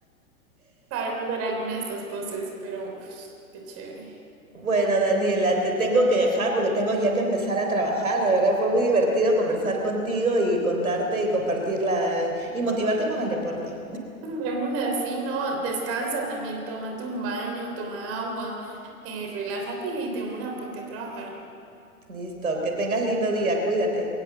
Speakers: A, on the right (about 35°); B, on the right (about 75°).
A: Sabes hacer alguna de estas poses, pero uf, qué chévere.
B: Bueno, Daniela, te tengo que dejar porque tengo ya que empezar a trabajar. De verdad fue muy divertido conversar contigo y contarte y compartirla y motivarte con el deporte.
A: De una, sí, no, descansa también, tómate un baño, toma agua, eh, relájate y de una, ponte a trabajar.
B: Listo, que tengas lindo día, cuídate.